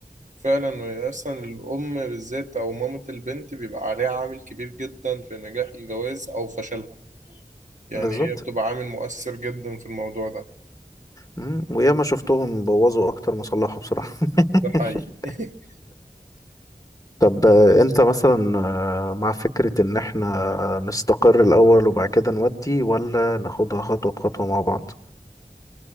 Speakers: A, on the right; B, on the left.
A: فعلا اصلا الام بالذات او مامة البنت بيبقى عليها عامل كبير جدا في نجاح الجواز او فشلها يعني
B: بالظبط
A: هي بتبقى عامل مؤثر جدا في الموضوع ده
B: مم. وياما شفتهم بوظوا اكتر ما صلحوا بصراحة <laughs>
A: ده حقيقي <laughs>
B: طب آه، انت مثلا آه، مع فكرة ان احنا نستقر الاول وبعد كده نودي ولا ناخدها خطوة بخطوة مع بعض